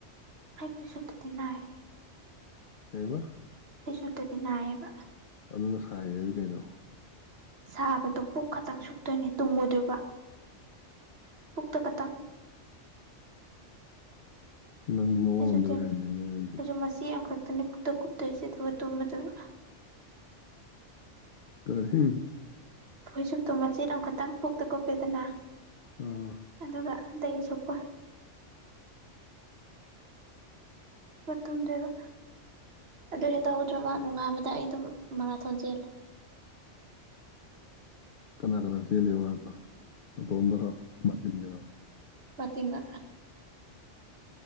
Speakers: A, on the right (about 55°); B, on the left (about 55°).
A: ꯑꯩ ꯐꯩꯖꯨꯞ ꯁꯨꯝꯇꯗꯤ ꯅꯥꯏ
B: ꯀꯩꯕ
A: ꯑꯩ ꯁꯨꯞꯇꯗꯤ ꯅꯥꯏꯌꯦꯕ
B: ꯑꯗꯨꯅ ꯁꯥꯏꯔꯗꯤ ꯀꯩꯅꯣ
A: ꯁꯥꯕꯗꯣ ꯄꯨꯛ ꯈꯇꯪ ꯁꯨꯞꯇꯣꯏꯅꯦ ꯇꯨꯝꯃꯣꯏꯗꯣꯏꯕ ꯄꯨꯛꯇ ꯈꯇꯪ
B: ꯅꯪꯗꯤ ꯃꯑꯣꯡ
A: ꯐꯩꯖꯨꯞꯁꯦ
B: ꯑꯝꯗ ꯂꯩꯔꯝꯃꯦꯅꯦ ꯅꯪꯗꯤ
A: ꯐꯩꯖꯨꯞ ꯃꯆꯦ ꯑꯃꯈꯛꯇꯅꯦ ꯄꯨꯛꯇ ꯀꯨꯞꯇꯣꯏꯁꯦ ꯑꯗꯨꯒ ꯇꯨꯝꯃꯗꯣꯏꯕ
B: ꯀꯔꯤ
A: ꯐꯩꯖꯨꯞꯇꯣ ꯃꯆꯦꯠ ꯑꯃ ꯈꯇꯥꯡ ꯄꯨꯛꯇ ꯁꯨꯞꯄꯦꯗꯅ
B: ꯑꯥ
A: ꯑꯗꯨꯒ ꯑꯇꯩꯗꯤ ꯁꯨꯞꯄꯣꯏ ꯗꯨꯒ ꯇꯨꯝꯗꯣꯏꯕ ꯑꯗꯨ ꯍꯦꯛ ꯇꯧꯍꯧꯗ꯭ꯔꯕ ꯅꯨꯡꯉꯥꯟꯕꯗ ꯑꯩ ꯑꯗꯨꯝ ꯃꯔꯥꯊꯣꯟ ꯆꯦꯜꯂꯦ <inaudible>
B: ꯀꯅꯥ ꯀꯅꯥ ꯆꯦꯜꯂꯤꯕ ꯅꯇꯣꯝꯇꯔꯣ ꯕꯥꯇꯤꯟꯒꯔꯣ
A: ꯕꯇꯤꯟꯒ